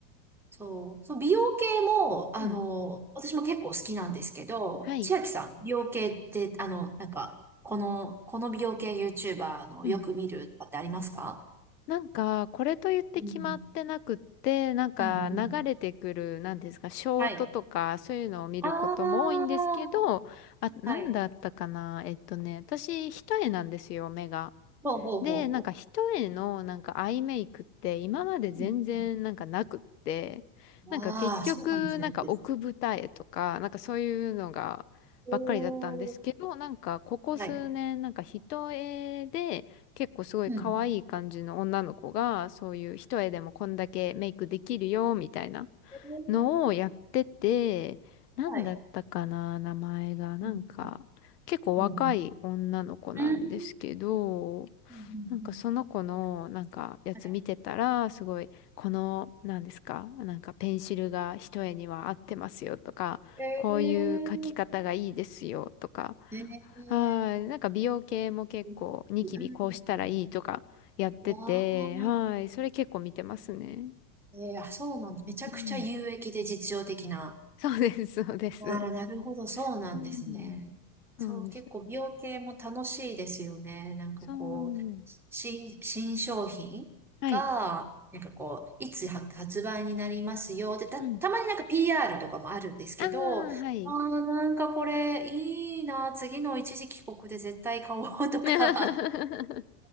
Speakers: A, in the centre; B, on the left.
A: そう、そう、美容系も、
B: うん。
A: あの、私も結構好きなんですけど、
B: はい。
A: 千秋さん、美容系って、あの、なんか、この、この美容系 YouTuber のよく見るとかってありますか
B: うん。なんか、これと言って決まってなくって、
A: うん。
B: なんか流れてくる、
A: うんうん。
B: なんですか、ショートとか、
A: はい。
B: そういうのを見ることも多いんですけど、
A: ああ、
B: あ、なんだったかなえっとね、
A: はい。
B: 私、一重なんですよ、目が。
A: ほうほうほうほ
B: で、なんか一重のなんかアイメイクって今まで全然なんかなくって、
A: ううんああ、
B: なんか結局なんか奥二重とか、
A: そうかもしれないです。
B: なんかそういうのがばっかりだったんですけど、
A: おー、
B: なんかここ数年なんか一重で結構すごい可愛い感じの女の子がそういう一重でもこんだけメイクできるよみたいな
A: はい。うん。えー
B: のをやってて、なんだったかな、
A: はい。
B: 名前が。なんか結構若い女の子なんですけど、
A: うんうんうんうん。うんうん
B: なんかその子のなんかやつ見てたら、
A: うん
B: すごい、この、なんですか、なんかペンシルが一重には合ってますよとか、
A: ええー
B: こういう書き方がいいですよとか、
A: ええ
B: はい、なんか美容系も結構ニキビこうしたらいいとかやってて、
A: うんうんわあ、
B: はい、それ結構見てますね。
A: えーあ、そうなんだ。めちゃくちゃ有益で実用的な。
B: うん。そうです、そうです。
A: ああ、なるほど、そうなんですね。
B: うん。
A: そう、
B: そうです。
A: 結構美容系も楽しいですよね。なんかこう、
B: そう。
A: 新、新商品が、
B: はい。
A: なんかこう、いつ発発売になりますよ。で、た、
B: うん。
A: たまになんか PR とかもあるんですけど、
B: ああ、
A: ああ、
B: はい。
A: なんかこれいいな。次の一時帰国で絶対買おうとかあ、
B: <laughs> う